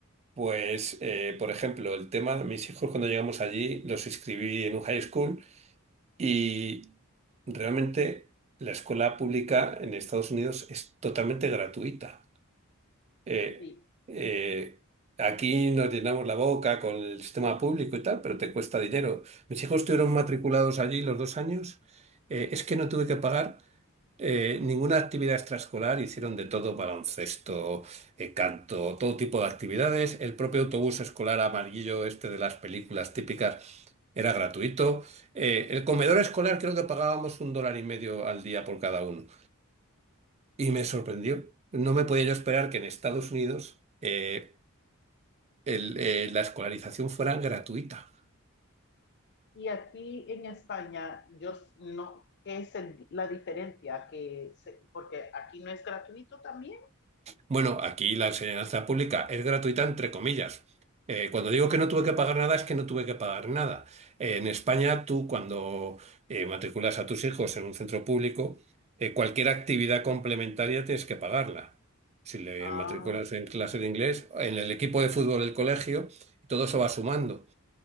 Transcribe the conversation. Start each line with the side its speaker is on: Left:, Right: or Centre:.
Right: pues, eh, por ejemplo, el tema, mis hijos cuando llegamos allí los inscribí en un high school. Y realmente la escuela pública en Estados Unidos es totalmente gratuita. Eh,
Left: Sí.
Right: eh, aquí nos llenamos la boca con el sistema público y tal, pero te cuesta dinero. Mis hijos estuvieron matriculados allí los dos años. Eh, es que no tuve que pagar. eh, ninguna actividad extraescolar, hicieron de todo, baloncesto, eh, canto, todo tipo de actividades. El propio autobús escolar amarillo, este de las películas típicas, era gratuito. Eh, el comedor escolar creo que pagábamos un dólar y medio al día por cada uno. Y me sorprendió. No me podía yo esperar que en Estados Unidos eh, el- eh, la escolarización fuera gratuita.
Left: Y aquí en España, yo no, ¿qué es el- la diferencia? Que se- porque aquí no es gratuito también.
Right: Bueno, aquí la enseñanza pública es gratuita entre comillas. Eh, cuando digo que no tuve que pagar nada es que no tuve que pagar nada. Eh, en España tú cuando eh, matriculas a tus hijos en un centro público, eh, cualquier actividad complementaria tienes que pagarla. Si le
Left: Ah,
Right: matriculas en clase de inglés, en el equipo de fútbol del colegio, todo eso va sumando.